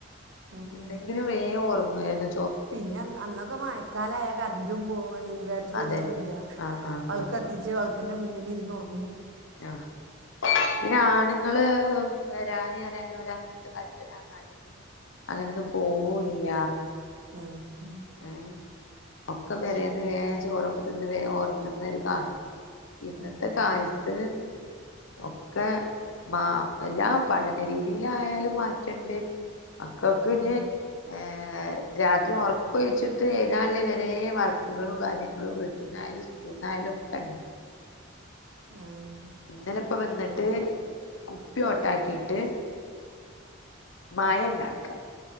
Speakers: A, on the right; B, on the left.
A: ഉം
B: ഉണ്ടങ്കിലും വേ ഒർങ്ങാര്ന്നു.
A: പിന്നെ അന്ന് അന്നൊക്കെ മയക്കാലായാ കര്ന്റും പോവും ഇൻവേ <unintelligible>
B: അതെ
A: തൊന്നുല്ലാ
B: ആഹ് ആഹ്
A: വൾക്കത്തിച്ച്
B: അതെ
A: വൾക്ക്ന്റെ മുന്നിലിര്ന്ന് ഒർങ്ങും
B: അഹ് പിന്നെ ആണ്ങ്ങള് വെരാന് അറ്യാന് ഓലങ്ങൻത്തെ കാൽത്തൊരങ്ങാടി അങ്ങെനെന്നും പോവുല്ല്യാ
A: ആഹ് ഹാ
B: ഏഹ് ഒക്കെ പെരേന്ന് വേം ചോറൊക്കെ തിന്ന് വേം ഒർങ്ങ്ന്നൊര് കാലം ഇന്നത്തെ
A: ഉം.
B: കാൽത്ത് ഒക്കെ മാ എല്ലാ പഠന രീതിയിലായാലും മാറ്റണ്ട് മക്കക്ക്ഞ്ഞ്
A: ഉം.
B: ഏഹ് രാത്രി ഒർക്കൊയ്ച്ച്ട്ട് എയ്താല്ലെ വെരേ വ ർക്ക്കളും കാര്യങ്ങളും വീട്ട്ന്നായാലും സ്കൂൾന്നായാലൊക്കെണ്ട്.
A: ആഹ് ഹ
B: ഇന്നെലെപ്പ വെന്ന്ട്ട് കുപ്പ്യോട്ടാക്കീട്ട് മയണ്ടാക്കാ